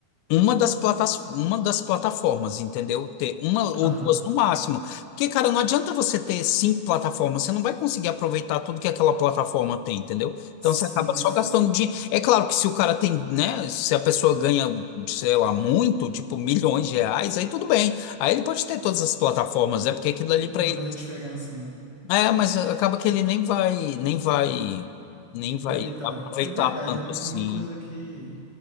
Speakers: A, on the left (about 85°); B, on the right (about 40°).
A: Uma das, platas, uma das plataformas, entendeu? Ter uma ou
B: Aham.
A: duas no máximo. Porque, cara, não adianta você ter cinco plataformas, você não vai conseguir aproveitar tudo que aquela plataforma tem, entendeu? Então
B: Sim.
A: você acaba só
B: s-
A: gastando dinheiro. É claro que se o cara tem, né? Se a pessoa ganha, sei lá, muito, tipo milhões de reais, aí tudo bem. Aí ele pode ter todas as plataformas, é porque aquilo ali
B: Não
A: pra
B: vai
A: ele.
B: fazer diferença, né?
A: É, mas acaba que ele nem vai, nem vai, nem vai
B: Aproveitar.
A: aproveitar
B: É verdade,
A: tanto
B: é um-
A: assim.
B: é uma coisa que,